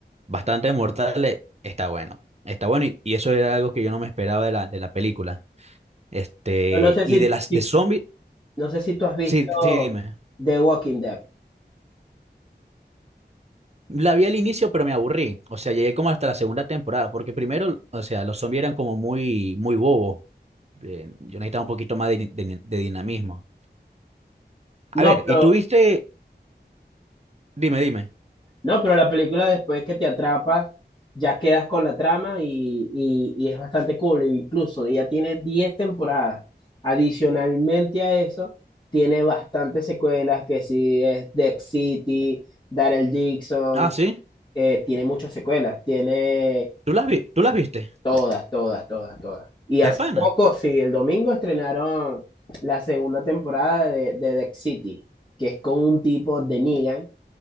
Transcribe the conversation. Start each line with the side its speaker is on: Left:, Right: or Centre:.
Right: bastante mortales está bueno. Está bueno y, y eso era algo que yo no me esperaba de la, de la película. Este,
Left: No, no sé
Right: y
Left: si,
Right: de las
Left: si-
Right: de zombies,
Left: no sé si tú has visto
Right: sí, sí, dime.
Left: The Walking Dead.
Right: La vi al inicio, pero me aburrí. O sea, llegué como hasta la segunda temporada, porque primero, o sea, los zombies eran como muy, muy bobos. Eh, yo necesitaba un poquito más de, din- de din- de dinamismo. A
Left: No,
Right: ver,
Left: pero,
Right: ¿y tú viste? Dime, dime.
Left: no, pero la película después que te atrapa, ya quedas con la trama y, y- y es bastante cool. E Incluso ya tiene 10 temporadas. Adicionalmente a eso, tiene bastantes secuelas que sí es Dead City, Daryl Dixon,
Right: Ah, sí.
Left: eh, tiene muchas secuelas, tiene
Right: ¿Tú las vi- tú las viste?
Left: todas, todas, todas, todas. Y hace
Right: De pana.
Left: poco, sí, el domingo estrenaron la segunda temporada de, de Dex City, que es con un tipo de Negan